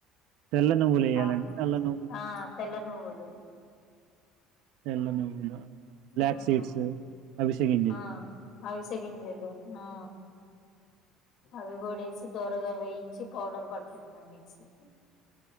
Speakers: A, on the right; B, on the left.
A: తెల్ల నువ్వులెయ్యాలండి.
B: అవు
A: నల్ల నువ్వులా?
B: ఆ తెల్ల నువ్వులు
A: తెల్ల నువ్వులు ఆ ఫ్లాక్
B: ఆ
A: సీడ్స్ అవిసె గింజలు.
B: ఆ అవిసె గింజలు ఆ అవి గూడేసి దోరగా వేయించి పౌడర్ పట్టడమే మిక్సీకి